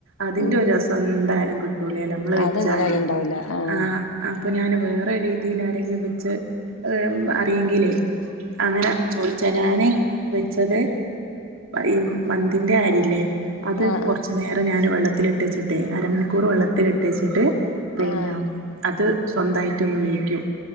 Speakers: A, on the right (about 70°); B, on the left (about 80°).
A: അതിന്റെ
B: ഉം
A: രസം ന്താലും കിട്ടൂലേലോനമ്മള് വെച്ചാല്
B: അതങ്ങനെയാലും ഇണ്ടാവൂല ആഹ്
A: ആ ആ പ്പോ ഞാന് വേറെര് രീതില് ആരെങ്കി വെച്ച് അറിയെങ്കിലേ അങ്ങനെ ചോയിച്ച ഞാന് വെച്ചത് ഈ മന്തിന്റെ അരില്ലേ അത്
B: ആഹ്
A: കുറച്ച് നേരം ഞാൻ വെള്ളത്തില്ട്ടച്ച്ട്ടേ അരമണിക്കൂർ വെള്ളത്തിലിട്ടച്ചിട്ട് പിന്നെ
B: ആഹ് ആഹ്
A: അത് സ്വന്തായിട്ടൊന്ന് വേവിക്കും